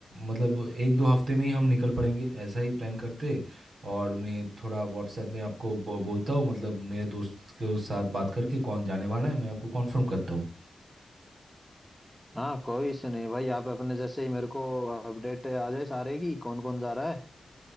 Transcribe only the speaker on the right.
मतलब एक दो हफ्ते में ही हम निकल पड़ेंगे ऐसा ही प्लान करते और मैं थोड़ा व्हाट्सएप में आपको ब- बोलता हूँ मतलब मेरे दोस्त के साथ बात करके कौन जाने वाला है मैं आपको कॉन्फर्म करता हूँ